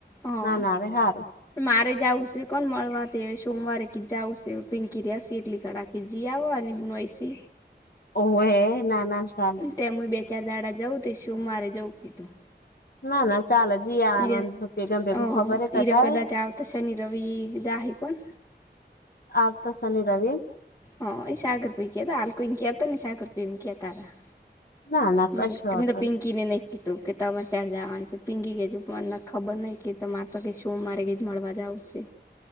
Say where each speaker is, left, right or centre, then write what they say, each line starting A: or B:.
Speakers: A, on the left; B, on the left.
A: હા
B: ના, ના હવે હારું.
A: મારે જાવું છે કોણ મળવા તે સોમવારે કી જાવુંશે પિંકી રેસી એટલી કડા કી જીઆવો અને બનવાઈ સે.
B: ઓવે હે ના ના ચાલે
A: તેમ બે ચાર દાડા જઉ શું મારે જવું કીધું
B: ના ના ચાલે જઈ આવનું
A: હીરો
B: ભેગા ભેગું ખબર હે કડાય.
A: કદાચ આવતો શનિ રવિ જાહે કોણ
B: આમતો શનિ -રવી.
A: હા ઈ સાગર ભાઈ કેતા હાલ કોઈ ને કેતા નઈ સાગર ભાઈ એવું કેતા તા-
B: ના ના કશો
A: મન
B: વાંધો
A: મેતો પિંકી ને નહીં તો કે તમારે ચારે જવાનું છે. પીંગી કે છે મને ખબર નહીં કે તમારે તો કે શું મારે કીધું મળવા જાવું શે.